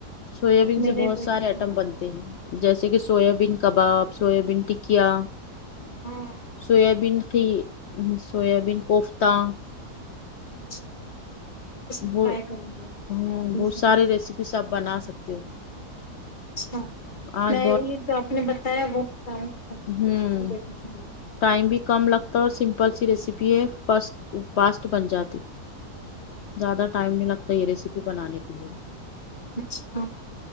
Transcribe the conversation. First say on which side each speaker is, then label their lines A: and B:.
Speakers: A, on the left (about 80°); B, on the left (about 40°).
A: سویابین
B: میرے
A: سے بہت
B: بیٹے
A: سارے
B: کے
A: آئٹم
B: لیے
A: بنتے جیسے کہ سویابین کباب سویابین ٹکیا
B: ہاں
A: سویابین خی سویابین کوفتہ
B: اچھا یہ سب
A: وہ
B: ٹرائی کریں گے
A: ہوں
B: انشاء
A: بہت سارے
B: اللہ
A: ریسیپیز آپ بنا سکتے ہو
B: اچھا
A: آج
B: میں یہ جو آپ نے بتایا وہ بتاؤں بناؤں
A: ہوں
B: گی اپنے بیٹے کے لیے
A: ٹائم بھی کم لگتا اور سمپل سی ریسیپی ہے فسٹ فاسٹ بن جاتی زیادہ ٹائم نہیں لگتا یہ ریسیپی بنانے کے لیے
B: اچھا